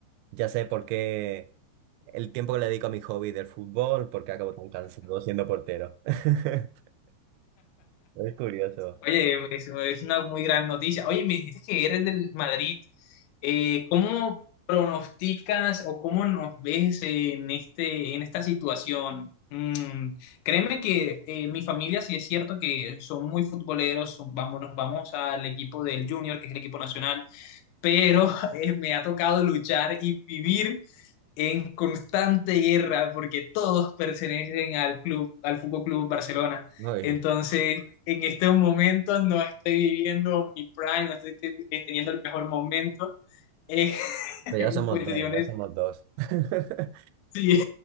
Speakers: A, on the right (about 85°); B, on the left (about 85°).
A: ya sé por qué el tiempo que le dedico a mi hobby del fútbol, por qué acabo tan cansado siendo portero. <laughs> Es curioso.
B: Oye, pues, es una muy gran noticia. Oye, me dijiste que eres del Madrid. Eh, ¿cómo pronosticas o cómo nos ves en este, en esta situación? Mm, créeme que eh, mi familia sí es cierto que son muy futboleros, son- vamos, nos vamos al equipo del Junior, que es el equipo nacional, pero <laughs> eh, me ha tocado luchar y vivir en constante guerra porque todos pertenecen al club, al Fútbol Club Barcelona.
A: Uy,
B: Entonces, en estos momentos no estoy viviendo mi prime, no estoy te- teniendo el mejor momento eh, <laughs>
A: pero
B: en
A: ya somos
B: cuestiones
A: dos, ya somos dos. <laughs>
B: sí,